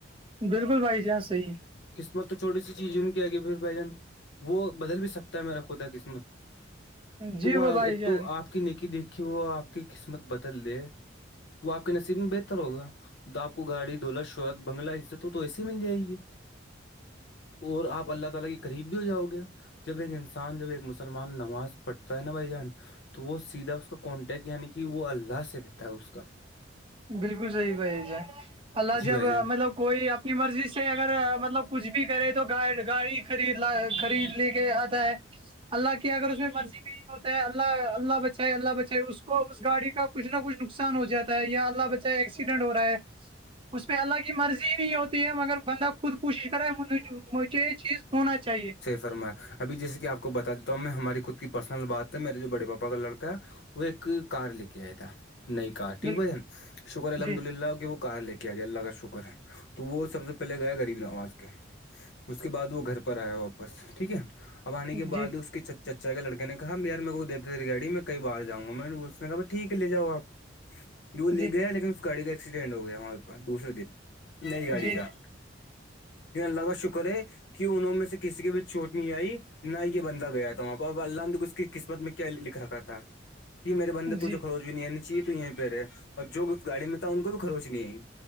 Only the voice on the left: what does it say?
قسمت تو چھوٹی سی چیز ان کی آگی پھر بھائی جان وہ بدل بھی سکتا ہے میرا خدا قسمت
تو وہ
ایک
تو آپ آ کی نیکی دیکھی وہ آپ کی قسمت بدل دے تو آپ کے نصیب میں بہتر ہوگا تو آپ کو گاڑی دولت شہورت بنگلہ اس سے تو ایسی ہی مل جائے گی اور اپ اللہ تعالی کے قریب بھی ہو جاؤ گے جب ان انسان جب ایک مس سلمان نماز پڑھتا ہے نا بھائی جان تو وہ سیدھا اس کا کانٹیکٹ یعنی کہ وہ اللہ سے رہتا ہے اس کا
جی
بھائی جان
رما ہےبھی جیسے آپ کو بتا دیتا ہوں میں ہماری خود کی پرسنل بات ہے میرے جو بڑے پاپا کا لڑا ہے وہ ایک کار لے کے آیا تھا نئی کار ٹھیک
بھائین شکر الحمد
للہ کہ وہ کار لے کے آ گیا اللہ کا شکر ہے تو وہ سب سے پہلے گیا غریب نواز کے اس کے بعد وہ گھر پر آیا واپس ٹھیک ہے اب آنے کے
بعد اس کے چ چچا کے لڑک نےا یار میرے کو دیتےے گای میں کئی بار جاں گا میں نے اس نے کہاائیٹھیک لے جاؤپ وہ لے
گیا لیکن اس گاڑی کا ایکسیڈینٹ ہو گیا وہاں دوسرے دن نئی گاڑی
کا لگش کر کہ انہوں میں سے کسی کے بھیچ چوٹ نہیں آئی نہ یہ بندہ گیا تھا وہاں کو اب اللہ نے تو ک اس کی قسمت میں لکھ رکھا تھا کہ میرے بندے ت
جو کروچ نہیں آنی چاہے تو یہیں پہ رہے اور جو بھی گاڑی میں تھا ان کو بھی خروچ نہیں آئیی